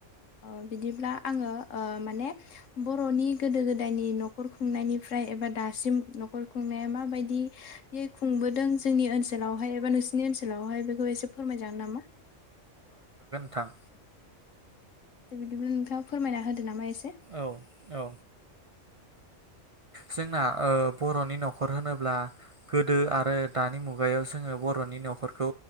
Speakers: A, on the left; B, on the right.
A: ओ बिदिब्ला आङो ओ माने बर'नि गोदो गोदायनि न'खर खुंनायनिफ्राय एबा दासिम न'खर खुंनाया माबायदियै खुंबोदों जोंनि ओनसोलावहाय एबा नोंसिनि ओनसोलावहाय बे खौ एसे फोरमायजागोन नामा?
B: थां
A: दे बिदिब्ला नोंथाङा फोरमायना होदो नामा ए से।
B: औ औ जोंना ओ बर'नि न'खर होनोब्ला गोदो आरो दानि मुगायाव जोङो बर'नि न'खरखौ